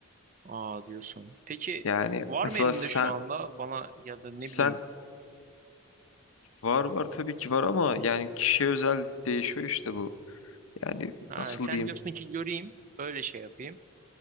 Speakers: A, on the right; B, on the left.
A: Aa diyorsun. Peki
B: Yani
A: var
B: mesela
A: mı elinde
B: sen
A: şu anda bana ya da ne
B: sen
A: bileyim.
B: var var tabii ki var ama yani kişiye özel değişiyor işte bu. Yani
A: Ha,
B: nasıl
A: sen
B: diyeyim?
A: diyorsun ki göreyim öyle şey yapayım.